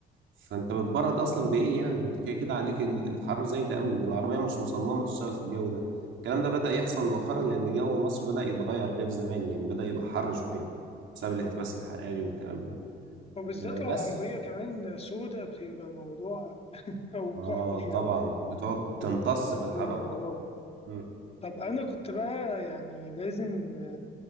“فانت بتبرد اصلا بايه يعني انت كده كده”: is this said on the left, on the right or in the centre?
Right